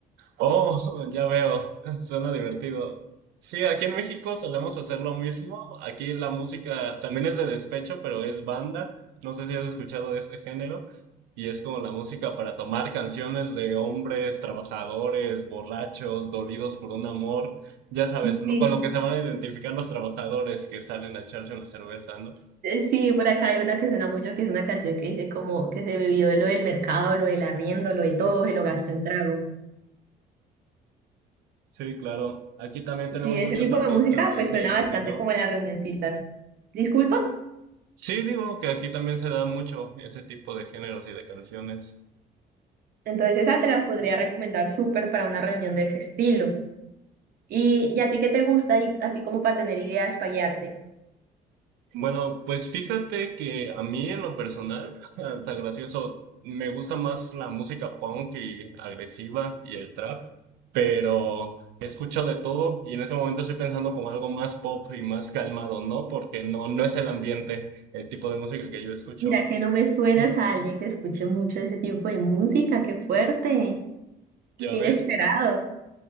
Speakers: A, on the right; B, on the right.
A: Oh, <laughs> ya veo, <laughs> suena divertido. Sí, aquí en México solemos hacer lo mismo. Aquí la música también es de despecho, pero es banda. No sé si has escuchado de este género. Y es como la música para tomar canciones de hombres, trabajadores, borrachos, dolidos por un amor. Ya sabes, lo-
B: Sí.
A: con lo que se van a identificar los trabajadores que salen a echarse una cerveza, ¿no?
B: Eh, Sí, por acá hay una que suena mucho, que es una canción que dice como que se vivió lo del mercado, lo del arriendo, lo de todo, se lo gastó en trago.
A: Sí, claro. Aquí también tenemos
B: Sí, ese
A: muchos
B: tipo
A: artistas
B: de música
A: de
B: pues
A: ese
B: suena bastante
A: estilo.
B: como en las reunioncitas. Disculpa,
A: Sí, digo que aquí también se da mucho ese tipo de géneros y de canciones.
B: entonces esa te las podría recomendar súper para una reunión de ese estilo. ¿Y, y a ti qué te gusta? Y así como para tener ideas, para guiarte.
A: Bueno, pues fíjate que a mí en lo personal, <laughs> hasta gracioso, me gusta más la música punk y agresiva y el trap, pero escucho de todo y en ese momento estoy pensando como algo más pop y más calmado, ¿no? Porque no, no es el ambiente, el tipo de música que yo escucho.
B: Mira que no me suenas
A: <laughs>
B: a alguien que escuche mucho ese tipo de música, qué fuerte,
A: ¿Ya
B: qué
A: ves?
B: inesperado.